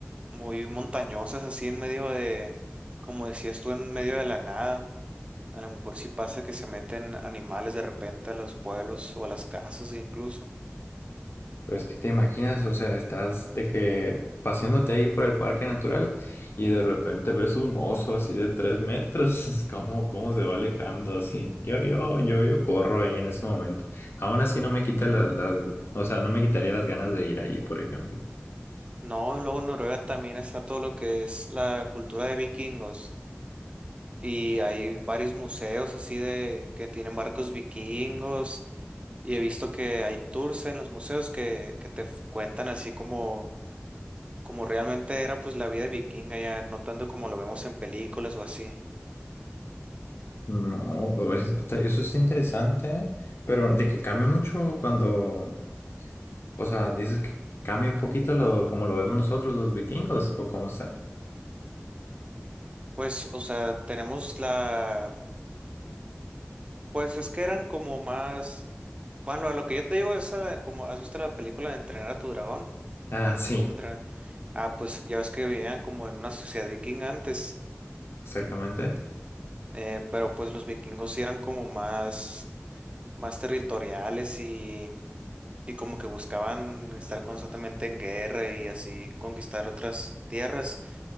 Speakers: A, on the right (about 25°); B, on the left (about 55°).
A: muy montañosas, así en medio de, como decías tú, en medio de la nada. A lo mejor sí pasa que se meten animales de repente a los pueblos o a las casas incluso.
B: Pero es que te imaginas, o sea, estás de que paseándote ahí por el parque natural y de repente ves un oso así de tres metros. <laughs> ¿Cómo, cómo se va alejando así? Yo, yo, yo, yo corro ahí en ese momento. Aún así no me quita la- las, o sea, no me quitaría las ganas de ir ahí, por ejemplo.
A: No, luego en Noruega también está todo lo que es la cultura de vikingos y hay varios museos así de que tienen barcos vikingos y he visto que hay tours en los museos que, que te f- cuentan así como, como realmente era pues la vida vikinga ya, no tanto como lo vemos en películas o así.
B: No, o- es- está- eso está interesante, pero de que cambia mucho cuando, o sea, dices que cambia un poquito lo como lo vemos nosotros los vikingos o cómo está.
A: Pues, o sea, tenemos la, pues es que eran como más, bueno, a lo que yo te digo es a la- como, ¿has visto la película de Entrenar a tu dragón?
B: Ah, sí,
A: De cómo entrenar. Ah, pues ya ves que vivían como en una sociedad vikinga antes,
B: exactamente.
A: eh, pero pues los vikingos sí eran como más, más territoriales y, y como que buscaban estar constantemente en guerra y así conquistar otras tierras.